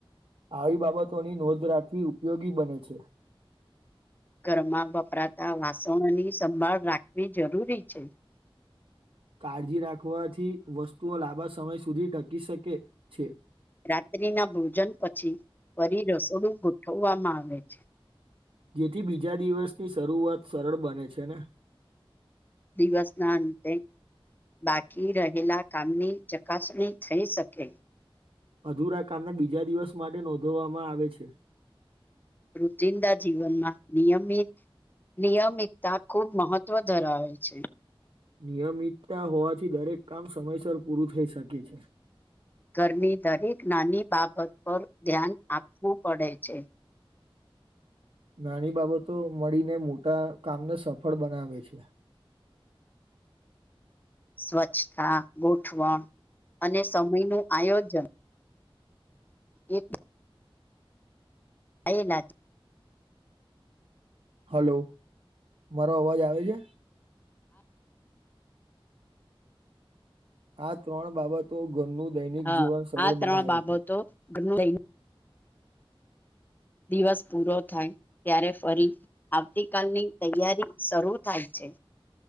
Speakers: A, on the right (about 70°); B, on the left (about 20°).
A: આવી બાબતોની નોંધ રાખવી ઉપયોગી બને છે.
B: ઘરમાં વપરાતા વાસણોની સંભાળ રાખવી જરૂરી છે.
A: કાળજી રાખવાથી વસ્તુઓ લાંબા સમય સુધી ટકી શકે છે.
B: રાત્રિના ભોજન પછી ફરી રસોડું ગોઠવવામાં આવે છે.
A: જેથી બીજા દિવસની શરૂઆત સરળ બને છે ને.
B: દિવસ ના અંતે બાકી રહેલા કામની ચકાસણી થઈ શકે
A: અધુરા કામને બીજા દિવસ માટે નોંધવામાં આવે છે
B: રુતિંદા જીવનમાં નિયમિત નિયમિતતા ખૂબ મહત્ત્વ ધરાવે છે
A: નિયમિતતા હોવાથી દરેક કામ સમયસર પૂરું થઈ શકે છે
B: ઘરની દરેક નાની બાબત પર ધ્યાન આપવું પડે છે
A: નાની બાબતો મળીને મોટા કામને સફળ બનાવે છે
B: સ્વચ્છતા ગોઠવણ અને સમયનું આયોજન એક <unintelligible>
A: હલો મારો અવાજ આવે છે આ ત્રણ બાબતો ઘરનું દૈનિક
B: હા
A: જીવન સરળ
B: આ ત્રણ
A: બનાવે
B: બાબતો
A: છે
B: ઘરનું લઈને દિવસ પૂરો થાય ત્યારે ફરી આવતી કલની તૈયારી શરૂ થાય છે